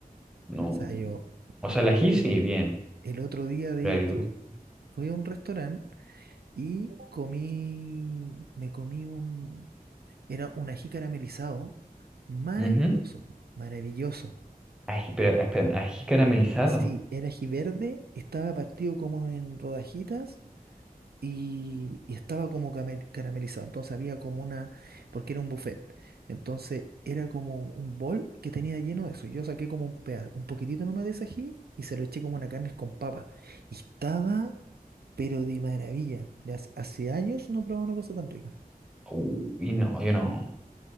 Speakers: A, in the centre; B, on the right (about 80°).
A: No.
B: sea, yo,
A: O
B: yo
A: sea, el ají sí, bien.
B: el otro día, de
A: Pero agridulce.
B: hecho, fui a un restaurante y comí, me comí un Era un ají caramelizado, maravilloso,
A: Ujú.
B: maravilloso.
A: Ají, pero espérame, ají caramelizado.
B: Sí, era ají verde, estaba partido como en rodajitas y, y estaba como camel- caramelizado. Entonces había como una, porque era un buffet. Entonces era como un bol que tenía lleno de eso. Yo saqué como un peda- un poquitito nomás de ese ají y se lo eché como una carne con papa. Y estaba, pero de maravilla. Ya Hace hace años no probaba una cosa tan rica.
A: Uy, no, yo no.